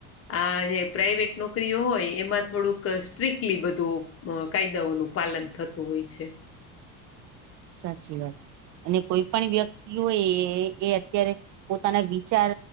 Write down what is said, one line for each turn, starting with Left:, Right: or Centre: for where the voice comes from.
Left: આ જે પ્રાાઈવેટ નોકરીઓ હોય એમાં થોડુંક સ્ટ્રકલી બધું અ કાયદાઓનું પાલન થતું હોય છે.
Right: સાચી વાત અને કોઈ પણ વ્યક્તિ હોય એ એ અત્યારે પોતાના વિચાર